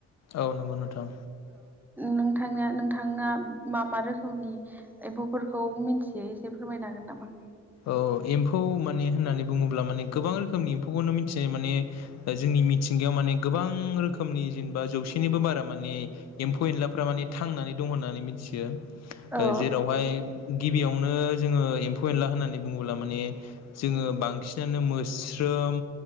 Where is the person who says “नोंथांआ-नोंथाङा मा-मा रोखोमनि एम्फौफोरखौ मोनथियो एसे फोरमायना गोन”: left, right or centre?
Centre